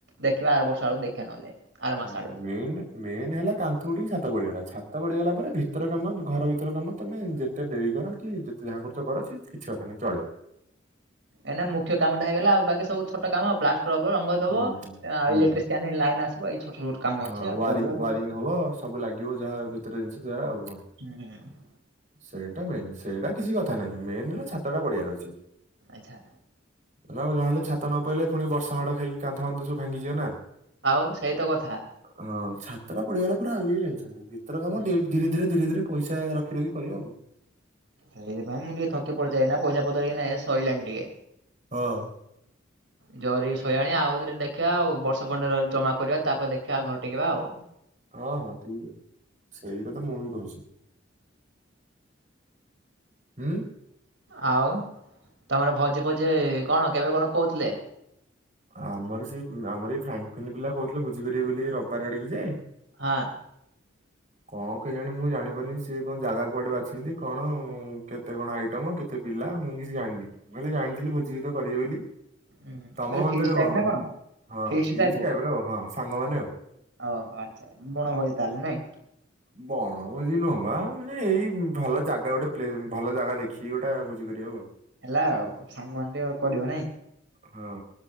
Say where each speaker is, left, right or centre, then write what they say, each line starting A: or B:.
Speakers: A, on the right; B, on the right.
A: ଦେଖିବା ଆର ବର୍ଷ ଆଡକୁ ଦେଖିବା ନହେଲେ। ଆର ମାସ
B: ହଁ
A: ଆଡକୁ
B: ମେନେ ମେନେ ହେଲା କାନ୍ଥ ଉଠିକି ଛାତ ପଡିିବାଟା ଛାତ ପଡିଗଲା ପରେ ଭିତର କାମ ଘର ଭିତର କାମ ତମେ ଯେ ତେ ଡେରି କର କି ଯେତେ ଯାହା କରୁଚ କର ସେ କିଛି କଥା ନାହିଁ ଚଳିବ।
A: ଏନା ମୁଖ୍ୟ କାମ ଟା ହେଇଗଲା ଆଉ ବାକି ସବୁ ଛୋଟ କାମ ଆଉ ପ୍ଲା ରବର୍ ରଙ୍ଗ ଦବ
B: ହୁଁ ହୁଁ
A: ଆଇ
B: ହୁଁ
A: ଲାଇଟ୍ରେ ଲାଇନ୍ ଆସିବ ଏଇ ଛୋଟ କାମ ଅଛି
B: ହଁ
A: ଆଉ
B: ୱାରିଙ୍ଗ୍
A: କରିବା ତ-
B: ୱାରିଙ୍ଗ୍ ହବ ସବୁ ଲାଗିବ ଯାହା ଭିତରେ ଜିନ୍ଷ ଯାହା ଆଉ କଣ।
A: ହୁଁ।
B: ସେଇଟା ମେନ୍ ସେଇଟା କିଛି କଥା ନାହିଁ ମେନ୍ ହେଲା ଛାତଟା ପଢିବାର ଅଛି।
A: ଆଚ୍ଛା।
B: ନା ବେ ଜାହେଲେ ଛାତ ନ ପାଇଲେ ପୁଣି ବର୍ଷା ମାଡ ଖାଇକି କନ୍ଥ ଫାନ୍ଥ ସବୁ ଭାଙ୍ଗଯିବେ ନା।
A: ଆଉ ସେଇତ କଥା।
B: ହଁ ଛାତଟା ପଢିଗଲା ପରେ ଆଉ କିଛି ଟନସନ୍ ନାହିଁ ଭିତର କାମ
A: ହୁଁ,
B: ଧୀରେ ଧୀରେ ଧୀରେ ଧୀରେ ପଇସା ରଖି ରଖି କରିବ ଆଉ।
A: ସେଇଥିପାଇ ମୁଁ ଟିକେ ଥକିପଡିଯାଏ ନା ପଇସା ପତର କି ନା ସରିଲାଣି ଟିକେ।
B: ହଁ।
A: ଜରି ଶୋଇଲାଣି ଆଉଥରେ ଦେଖିବା ଆଉ ବର୍ଷ ଖଣ୍ଡେରେ ଜମା କରିବା ତାପରେ ଦେଖିବା ଘର ଟେକିବା ଆଉ। ହଁ
B: ହଁ ହଁ ଠିକ ଅଛି ସେଇଟା ତ ମୁଁ ବି କୋହୁଚି। ହୁଁ।
A: ଆଉ ତମର ଭୋଜି ଫୋଜି କଣ କେବେ କଣ କହୁଥିଲେ?
B: ଆମର ସେଇ ଆମର ଏଇ ଫ୍ରାଙ୍କଫନ୍ ପିଲା କହୁଥିଲେ ଭୋଜି କରିବେ ବୋଲି ରବିବାର ଆଡିକି ଯେ
A: ହଁ।
B: କଣ କେଯାଣି ମୁଁ ଜାଣିପାନେଇ ସିଏ କଣ ଜାଗା କୁଆଡେ ବାଛିଚନ୍ତି କଣ କେତେ କଣ ଆଇଟମ୍ କେତେ ପିଲା ମୁଁ କିଛି ଜାଣିନି, ମୁଁ ଖାଲି ଜାଣିଥିଲି ଭୋଜି ଭାତ କରିବେ ବୋଲି।
A: ହୁଁ
B: ତମ
A: ବୋଇଲେ
B: ମତରେ
A: ଫିଷ୍ଟ ଟାଇପ୍
B: କଣ
A: ନା
B: ହଁ
A: ଫିଷ୍ଟ
B: ଫିସ୍
A: ଟାଇପ୍?
B: ଟାଇପର ଆଉ ହଁ ସାଙ୍ଗ ମାନେ ଆଉ।
A: ଓହୋ ଆଚ୍ଛା ବଣ ଭୋଜି ତାହେଲେ ନାଇଁ।
B: ବଣଭୋଜି ନୁହବା ମାନେ ଏଇ ଭଲ ଜାଗା ଗୋଟେ ପ୍ଲେନ୍ ଭଲ ଜାଗା ଦେଖିକି ଗୋଟେ ଭୋଜି କରିବାକୁ ଆଉ।
A: ହେଲା ଆଉ ସାଙ୍ଗମାନେ କରିବା ନାଇଁ।
B: ହଁ